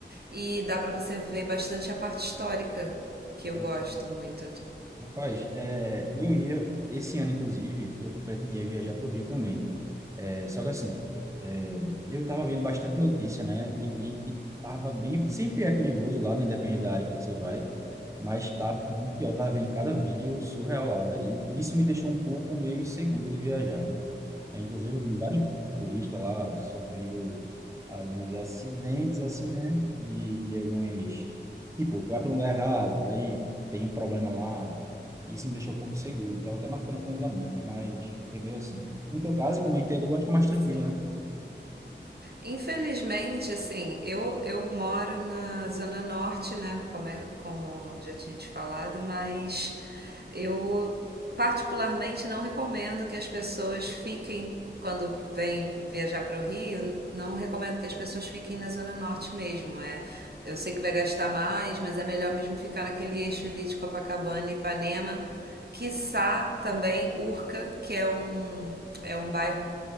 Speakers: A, on the right; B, on the right.
A: E dá pra você ver bastante a parte histórica, que eu
B: legal.
A: gosto muito. de-
B: Rapaz, é, eu ia, esse ano, inclusive, eu pretendia viajar para o Rio também. É, só que assim, É, Eu estava vendo bastante notícia, né? E vi que estava bem. Sempre é perigoso lá, né, independente da área que você vai, mas estava bem pior. Estava vendo cada vídeo surreal lá, véio. E isso me deixou um pouco meio inseguro de viajar, né? É, inclusive, eu vi vários turistas lá sofrendo alguns acidentes, assim, né? De, de alguns. Tipo, vai para um lugar errado, aí tem um problema lá. Isso me deixou um pouco inseguro. Estava até marcando com os amigos, mas fiquei meio assim. No teu caso, como é interior, acho que é mais tranquilo,
A: Sim. Infelizmente, assim, eu, eu moro na Zona Norte, né? Como, é, como já tinha te falado, mas eu particularmente não recomendo que as pessoas fiquem, quando vêm viajar para o Rio, não recomendo que as pessoas fiquem na Zona Norte mesmo. É, eu sei que vai gastar mais, mas é melhor mesmo ficar naquele eixo ali de Copacabana e Ipanema, quiçá também Urca, que é um, é um bairro